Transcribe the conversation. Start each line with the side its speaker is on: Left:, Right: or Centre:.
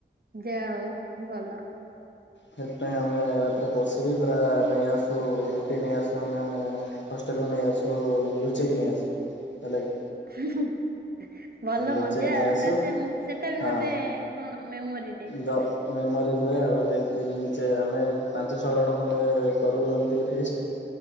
Right: ଯାହା ହଉ ଭଲ।
Left: ସେଥିପାଇଁ ଆମେ ରାତିରେ କଷିକି ପୁରା ନେଇ ଆସୁ ରୁଟି ନେଇ ଆସୁ ଆମେ ହଷ୍ଟେଲରୁ ନେଇ ଆସୁ ଲୁଚେଇକି ନେଇ ଆସୁ ହେଲାକି
Right: ହୁଁ-ହୁଁ। ଭଲ
Left: ଲୁଚେଇକି
Right: ମଜା
Left: ନେଇ
Right: ଆଉ
Left: ଆସୁ
Right: ପୁରା ସେ ସେଟା ବି
Left: ହଁ
Right: ଗୋଟେ କଣ ମେମୋରିଟେ।
Left: ଦ ମେମୋରି ରୁହେ ଆଉ ହେଲାକି ତିନି ଚା ଆମେ ପାଞ୍ଚ ଛଅ ଜଣ ଖଣ୍ଡେ କରୁ ଏମିତି ଫିଷ୍ଟି।